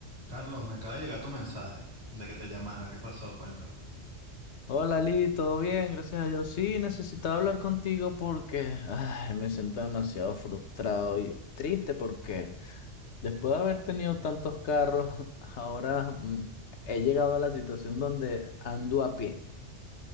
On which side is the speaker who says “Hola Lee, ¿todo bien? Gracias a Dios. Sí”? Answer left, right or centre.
Left